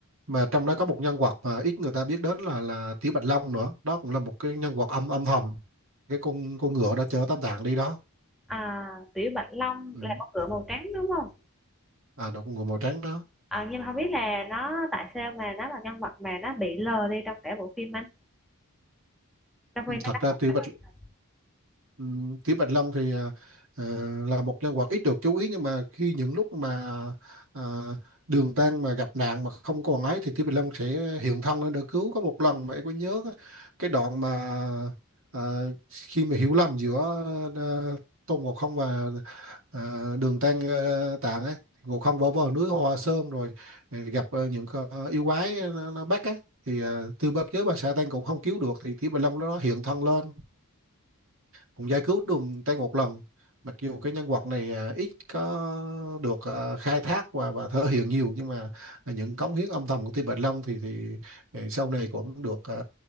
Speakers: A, on the right; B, in the centre.
A: mà trong đó có một nhân vật mà ít người ta biết đến là là Tiểu Bạch Long nữa đó cũng là một cái nhân vật âm âm thầm cái con con ngựa đó chở tam tạng đi đó
B: À, Tiểu Bạch Long
A: ừ.
B: là con ngựa màu trắng đúng không?
A: à đó con ngựa màu trắng đó
B: À, nhưng mà không biết là nó tại sao mà nó là nhân vật mà nó bị lờ đi trong cả bộ phim anh. Trong khi
A: Ừ,
B: nó
A: thật
B: đóng
A: ra
B: một
A: Tiểu
B: vai-
A: Bạch Ừ, Kỷ Bạch Long thì à, ờ, là một nhân vật ít được chú ý nhưng mà khi những lúc mà à, Đường Tăng mà gặp nạn mà không còn ấy thì Kỷ Bạch Long sẽ hiện thân lên để cứu có một lần mà em có nhớ cái đoạn mà à, khi mà hiểu lầm giữa à, Tôn Ngộ Không và à, Đường Tăng à, Tạng ấy Ngộ Không bỏ vào núi Hoa Sơn rồi ờ, gặp ờ, những con yêu quái nó, nó bắt á thì à, Tư Bất Giới và Sa Tăng cũng không cứu được thì Kỷ Bạch Long nó hiện thân lên cũng giải cứu đường tay một lần mặc dù cái nhân vật này à, ít có được à, khai thác và và thể hiện nhiều nhưng mà những cống hiến âm thầm của Tiêu Bạch Long thì thì thì sau này cũng được à,